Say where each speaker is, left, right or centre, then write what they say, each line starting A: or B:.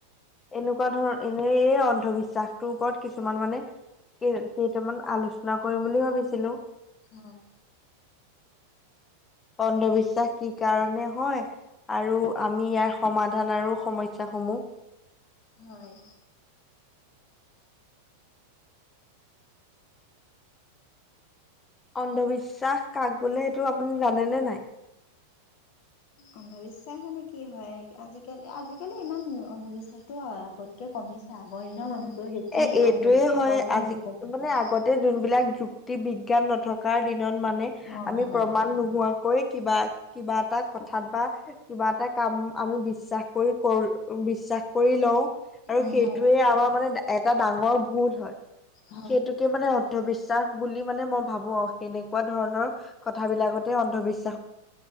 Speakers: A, on the left (about 20°); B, on the left (about 45°).
A: এনেকুৱা ধৰ এনে অঞ্চ অন্ধবিশ্বাসটোৰ ওপৰত কিছুমান মানে কেইটামান আলোচনা কৰিম বুলি ভাবিছিলো।
B: হয়।
A: অন্ধবিশ্বাস কি কাৰণে হয়। আৰু আমি ইয়াৰ সমাধান আৰু সমস্যাসমূহ।
B: হয়।
A: অন্ধবিশ্বাস কাক বোলে সেইটো আপুনি জানেনে নাই।
B: অন্ধবিশ্বাস মানে কি হয় আজিকালি আজিকালি ইমান অন্ধবিশ্বাসটো আগতকৈ কমিছে। আগৰ দিনৰ
A: অ'
B: মানুহবোৰে বেছি
A: এ এইটোয়ে
B: অন্ধবিশ্বাসৰ
A: হয়
B: ওপৰত
A: আজি
B: নিৰ্ভৰশীল
A: মানে আগতে যোনবিলাক যুত্তি বিজ্ঞান নথকাৰ দিনত মানে
B: অ
A: আমি
B: হয়
A: প্ৰমাণ নোহোৱাকৈ কিবা কিবা এটা কথাত বা কিবা এটা কাম আমি বিশ্বাস কৰি কৰো বিশ্বাস। কৰি লও আৰু
B: উম
A: সেইটোয়ে
B: হয়
A: আমাৰ মানে এটা ডাঙৰ ভুল হয়।
B: হয়
A: সেইটোকে মানে অন্ধবিশ্বাস বুলি মানে মই ভাবো আৰু সেনে। এনেকুৱা ধৰণৰ কথাবিলাকতে অন্ধবিশ্বাস।